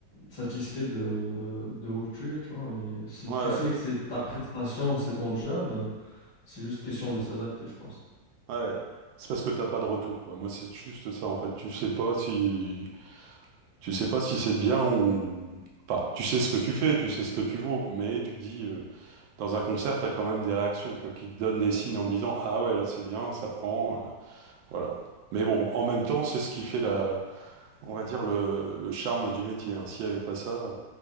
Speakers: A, on the left (about 65°); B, on the right (about 85°).
A: satisfait de, de où tu es, tu vois. Mais si
B: ouais,
A: tu sais que c'est ta prestation, c'est ton job, c'est juste question de s'adapter, je pense.
B: ouais, ouais. ouais. C'est parce que t'as pas de retour, quoi. Moi c'est juste ça, en fait. Tu sais pas si. Tu sais pas si c'est bien ou... Enfin, tu sais ce que tu fais, tu sais ce que tu vaux, mais tu dis, euh, dans un concert, t'as quand même des réactions, quoi, qui te donnent des signes en disant, ah ouais, là c'est bien, ça prend, euh, voilà. Mais bon, en même temps, c'est ce qui fait la, on va dire, le, le charme du métier. hein. S'il n'y avait pas ça, euh,